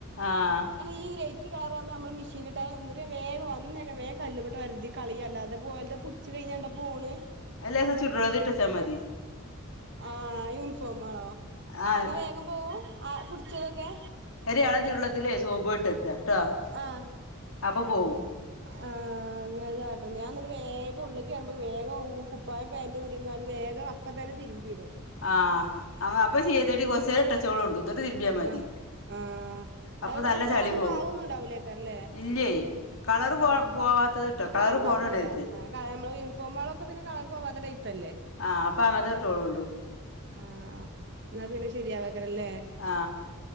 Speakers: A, on the left; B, on the right.
A: ആഹ്
B: ഈ ലൈറ്റ് കളറാവുമ്പോ നമ്മ മെഷീൻ ഇട്ട വേ വന്നി കല്ലുമ ഇട്ട് ഒരതി കളി അല്ലാതെ ഓലത് പിടിച്ചച്ച് കഴിഞ്ഞാണ്ടാ പോണ്
A: അല്ല അത് ചൂട് വെള്ളത്തിൽ ഇട്ടച്ച മതി
B: ആ യൂണിഫോമാ ആണോ
A: ആ
B: എന്നാ വേഗം പോവോ ആ പിടിച്ചതൊക്കെ
A: ഒരെളം ചൂടെള്ളത്തിലേയ് സോപ്പുംൽ ട്ടക്ക ട്ടൊ
B: ആഹ്
A: അപ്പോ പോവും
B: ആഹ് അങ്ങനന്നെ കാട്ടല് ഞാന്നിട്ട് വേഗം ഉള്ള്ക്കേറുമ്പ വേഗം കുപ്പായം പേന്റുരീങ്ങാണ്ട് വേഗ അപ്പത്തന്നെ തിര്മ്പിടും
A: ആഹ് അപ്പൊ ചീയതേടി കൊർച്ചേരം ഇട്ടച്ചോളൊണ്ട് ന്ന്ട്ട് തിര്മ്പ്യ മതി
B: ആഹ് ആഹ്
A: അപ്പൊ
B: അത്
A: നല്ല
B: കുപ്പായൊന്നും
A: ചളി പോവും
B: ആവൊന്നുണ്ടാവൂലേക്കാരല്ലേ
A: ഇല്ലേ കളറ് പോ
B: ഉം
A: പോവാത്തത് ഇട്ടോ കളറ്
B: കളർ
A: പോണ
B: പോവൂല
A: ഇടരുത്
B: ആ നമ്മ യൂ ഫോമാളൊക്കെ പിന്നെ കളർ പോവാത്ത ടൈപ്പല്ലേ
A: ആഹ് അപ്പൊ അങ്ങത്തെ ഇട്ടോളൊണ്ടു
B: ആഹ് ന്നാ പിന്നെ ശരിയാവാക്കരല്ലേ
A: ആ